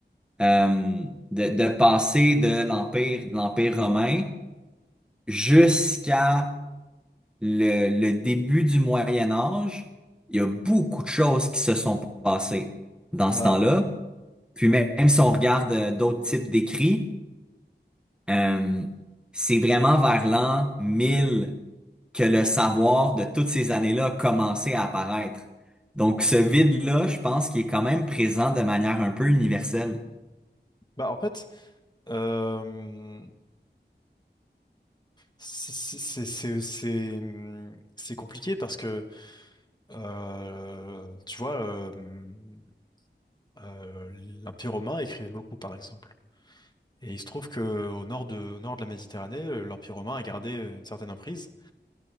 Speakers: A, in the centre; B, on the left.
A: Euh, de, de passer de l'Empire, de l'Empire romain jusqu'à le, le début du Moyen Âge, il y a beaucoup de choses qui se sont passées dans
B: Bah,
A: ce temps-là. Puis même si on regarde euh, d'autres types d'écrits, euh, c'est vraiment vers l'an 1000 que le savoir de toutes ces années-là a commencé à apparaître. Donc ce vide-là, je pense qu'il est quand même présent de manière un peu universelle.
B: bah en fait, euh, C'est c'est- c'est- c'est, hum, c'est compliqué parce que, euh, tu vois, euh, hum, euh, l'Empire romain écrivait beaucoup, par exemple. Et il se trouve que au nord de, au nord de la Méditerranée, euh, l'Empire romain a gardé euh, une certaine emprise